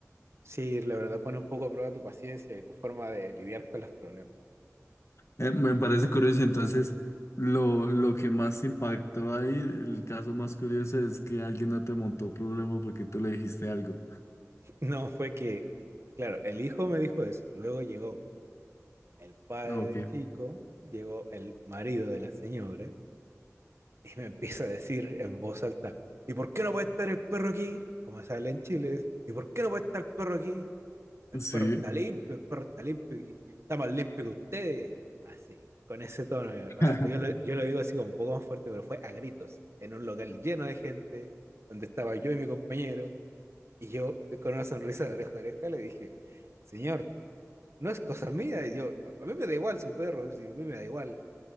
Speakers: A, on the right; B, on the left.
A: sí, la verdad pone un poco a prueba tu paciencia y tu forma de lidiar con los problemas.
B: Eh, me parece curioso, entonces lo, lo que más impactó ahí, el caso más curioso es que alguien no te montó problema porque tú le dijiste algo.
A: <laughs> No, fue que, claro, el hijo me dijo eso. Luego llegó el padre
B: Ok,
A: del chico, llegó el marido de la señora Y me empieza a decir en voz alta, ¿y por qué no puede estar el perro aquí? Como se habla en Chile, ¿y por qué no puede estar el perro aquí? El
B: sí,
A: perro está limpio, el perro está limpio y está más limpio que ustedes. Así, con ese tono. Yo,
B: <laughs>
A: ah, yo lo, yo lo digo así como un poco más fuerte, pero fue a gritos, en un local lleno de gente, donde estaba yo y mi compañero. Y yo, con una sonrisa de oreja a oreja, le dije, señor, no es cosa mía. Y yo, a mí me da igual su perro, y a mí me da igual.